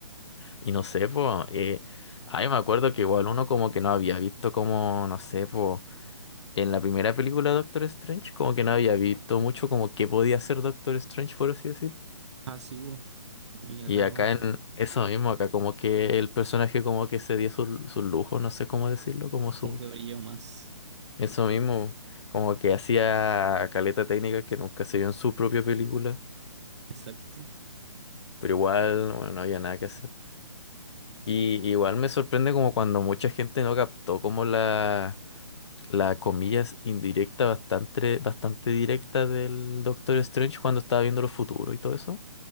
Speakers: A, on the left; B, on the right.
A: Y no sé, pues, eh, ay, me acuerdo que igual uno como que no había visto como, no sé, pues, en la primera película de Doctor Strange, como que no había visto mucho como qué podía hacer Doctor Strange, por así decir.
B: Así, po. Y acá
A: Y acá
B: como
A: en eso mismo, acá como que el personaje como que se dio su, su lujo, no sé cómo decirlo, como su,
B: Como que brilló más.
A: eso mismo, como que hacía caleta técnica que nunca se vio en su propia película,
B: Exacto.
A: pero igual, bueno, no había nada que hacer. Y igual me sorprende como cuando mucha gente no captó como la la comillas indirecta bastante, bastante directa del Doctor Strange cuando estaba viendo los futuros y todo eso.